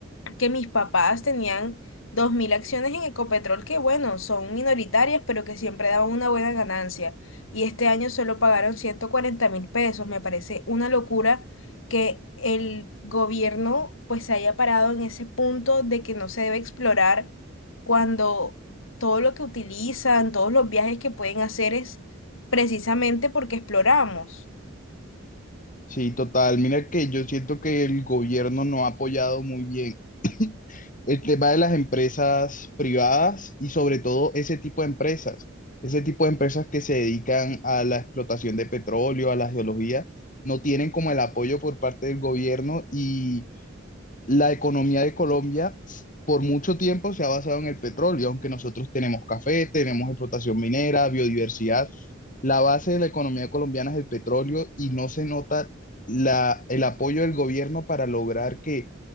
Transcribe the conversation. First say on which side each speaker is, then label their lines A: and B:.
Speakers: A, on the left; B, on the left.
A: que mis papás tenían 2.000 acciones en Ecopetrol, que bueno, son minoritarias, pero que siempre daban una buena ganancia. Y este año solo pagaron ciento cuarenta mil pesos. Me parece una locura que el gobierno pues se haya parado en ese punto de que no se debe explorar cuando todo lo que utilizan, todos los viajes que pueden hacer es precisamente porque exploramos.
B: Sí, total. Mira que yo siento que el gobierno no ha apoyado muy bien el tema de las empresas privadas y sobre todo ese tipo de empresas, ese tipo de empresas que se dedican a la explotación de petróleo, a la geología, no tienen como el apoyo por parte del gobierno y la economía de Colombia por mucho tiempo se ha basado en el petróleo, aunque nosotros tenemos café, tenemos explotación minera, biodiversidad. La base de la economía colombiana es el petróleo y no se nota la, el apoyo del gobierno para lograr que